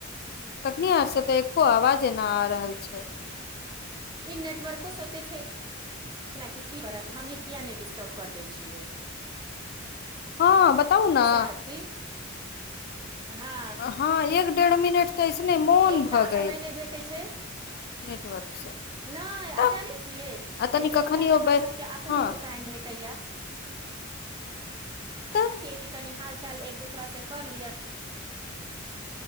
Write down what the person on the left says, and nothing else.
तखनी आर सँ तऽ एको आवाजे ना आ रहल छै
हँ बताउ न
हँअ् एक डेढ़ मिनट तऽ ऐसने मोन
भऽ
गेल
नेटवर्क से
तऽ
आ तनि
कखनी
ओ
हँ
तऽ